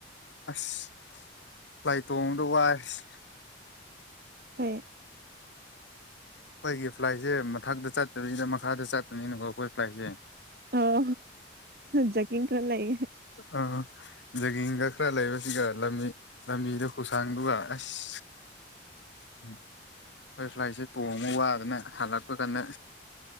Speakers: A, on the left; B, on the right.
A: ꯑꯁ ꯂꯥꯏ ꯇꯣꯡꯕꯗ ꯋꯥꯏꯁ
B: ꯍ
A: ꯑꯩꯈꯣꯏꯒꯤ ꯐ꯭ꯂꯥꯏꯠꯁꯦ ꯃꯊꯛꯇ ꯆꯠꯇꯕꯤꯗ ꯃꯈꯥꯗ ꯆꯠꯄꯅꯤꯅꯀꯣ ꯑꯩꯈꯣꯏ ꯐ꯭ꯂꯥꯏꯠꯁꯦ
B: ꯑꯣ ꯖꯀꯤꯡ ꯈꯔ ꯂꯩ
A: ꯑ ꯖꯒꯤꯡꯒ ꯈꯔ ꯂꯩꯕꯁꯤꯒ ꯂꯝ ꯂꯝꯕꯤꯗ ꯈꯨꯁꯥꯡꯗꯨꯒ ꯑꯁ ꯎꯝ ꯍꯣꯏ ꯐ꯭ꯂꯥꯏꯠꯁꯦ ꯇꯣꯡꯉ ꯋꯥꯗꯅ ꯍꯜꯂꯛꯄ ꯀꯥꯟꯗ